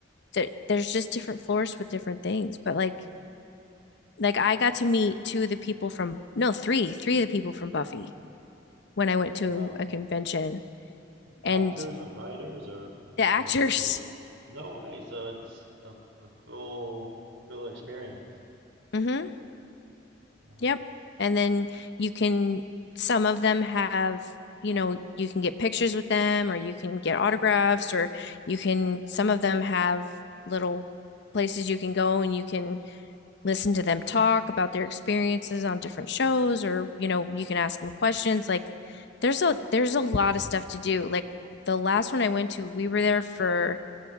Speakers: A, on the left (about 60°); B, on the right (about 80°).
A: th there's just different floors with different things, but like like I got to meet two of the people from no, three, three of the people from Buffy when I went to
B: Oh, wow,
A: a convention
B: actors
A: and
B: or writers or
A: the actors.
B: or who was it? No way. So it's a, a full full experience.
A: <laughs> hmm
B: Oh,
A: Yep. And then you can, some of them have, you know, you can get pictures with them or you can get autographs or you can, some of them have little places you can go and you can listen to them talk about their experiences on different shows or, you know, you can ask them questions. Like there's a, there's a lot of stuff to do. Like the last one I went to, we were there for